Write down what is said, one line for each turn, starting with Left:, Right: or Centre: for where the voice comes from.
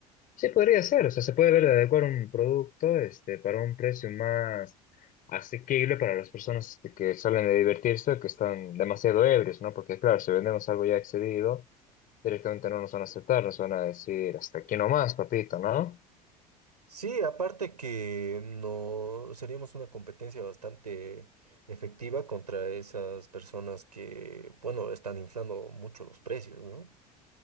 Left: Sí, podría ser, o sea, se puede ver de adecuar un producto, este, para un precio más asequible para las personas este, que salen de divertirse, que están demasiado ebrios, ¿no? Porque claro, si vendemos algo ya excedido, directamente no nos van a aceptar, nos van a decir, hasta aquí nomás, papito, ¿no?
Right: Sí, aparte que no seríamos una competencia bastante efectiva contra esas personas que, bueno, están inflando mucho los precios, ¿no?